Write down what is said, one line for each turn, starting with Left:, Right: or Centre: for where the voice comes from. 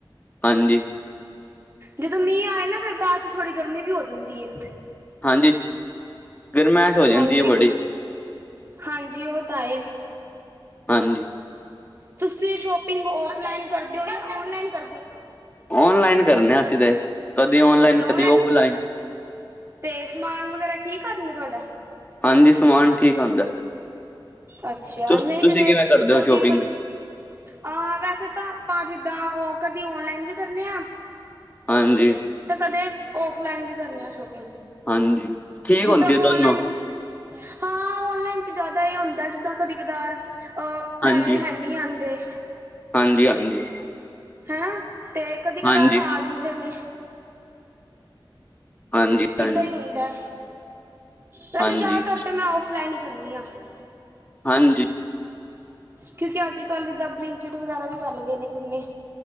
Left: ਹਾਂਜੀ।
Right: ਜਦੋਂ ਮੀਂਹ ਆਏ ਨਾ ਫੇਰ ਬਾਅਦ ਚ ਥੋੜ੍ਹੀ ਗਰਮੀ ਵੀ ਹੋ ਜਾਂਦੀ ਏ।
Left: ਹਾਂਜੀ ਗਰਮਾਇਸ਼ ਹੋ ਜਾਂਦੀ
Right: ਹਾਂਜੀ।
Left: ਏ ਬੜੀ।
Right: ਹਾਂਜੀ ਉਹ ਤਾਂ ਏ।
Left: ਹਾਂਜੀ।
Right: ਤੁਸੀਂ ਸ਼ੋਪਿੰਗ ਔਫਲਾਈਨ ਕਰਦੇ ਹੋ ਜਾਂ ਔਨਲਾਈਨ ਕਰਦੇ ਓ।
Left: ਔਨਲਾਈਨ ਕਰਨੇ ਆ ਅਸੀਂ ਤੇ ਕਦੇ ਔਨਲਾਈਨ
Right: ਅੱਛਾ
Left: ਕਦੀ ਔਫਲਾਈਨ।
Right: ਕਰਦੇ। ਤੇ ਸਮਾਨ ਵਗੈਰਾ ਠੀਕ ਆਂਦਾ ਤੁਹਾਡਾ।
Left: ਹਾਂਜੀ ਸਮਾਨ। ਠੀਕ ਆਂਦਾ।
Right: ਅੱਛਾ
Left: ਤੁਸ
Right: ਨਹੀਂ
Left: ਤੁਸੀਂ
Right: ਜਦੇ
Left: ਕਿਵੇਂ ਕਰਦੇ
Right: ਕਦੀ
Left: ਹੋ ਸ਼ੋਪਿੰਗ?
Right: ਕ। ਹਾਂ ਵੈਸੇ ਤਾਂ ਆਪਾਂ ਜਿੱਦਾਂ ਉਹ ਕਦੀ ਓਨਲਾਈਨ ਵੀ ਕਰਨੇ ਆ।
Left: ਹਾਂਜੀ।
Right: ਤੇ ਕਦੇ ਔਫਲਾਈਨ ਵੀ ਕਰਨੇ ਆ ਸ਼ੋਪਿੰਗ।
Left: ਹਾਂਜੀ। ਠੀਕ
Right: ਜਿੱਦਾਂ
Left: ਹੁੰਦੀ ਹੈ ਦੋਨੋ
Right: ਔਨਲਾਈਨ। ਹਾਂ ਔਨਲਾਈਨ ਚ ਜ਼ਿਆਦਾ ਇਹ ਹੁੰਦਾ ਜਿੱਦਾਂ ਕਦੇ ਕਦਾਰ ਅਹ। ਪੈਹੇ
Left: ਹਾਂਜੀ,
Right: ਹੈ ਨਹੀਂ ਆਦੇ।
Left: ਹਾਂਜੀ- ਹਾਂਜੀ-
Right: ਹੈਂ ਤੇ ਕਦੀ ਕਧਾਰ
Left: ਹਾਂਜੀ,
Right: ਆ ਜਾਂਦੇ ਨੇ
Left: ਹਾਂਜੀ, ਹਾਂਜੀ,
Right: ਇਦਾਂ ਈ ਹੁੰਦਾ ਵੈਸੇ
Left: ਹਾਂਜੀ,
Right: ਜ਼ਿਆਦਾਤਰ ਤੇ ਮੈ ੳਫ ਫਲਾੈ ਨਹੀ ਕਰਨੀ ਹਾਂ <unintelligible>
Left: ਹਾਂਜੀ-
Right: ਕਿਉਕਿ ਅੱਜ ਕਲ ਦੀ ਦ ਬਲਿੰਕਟ ਵਗੈਰਾ ਵੀ ਚਲ ਗਏ ਨੇ ਕਿੰਨੇ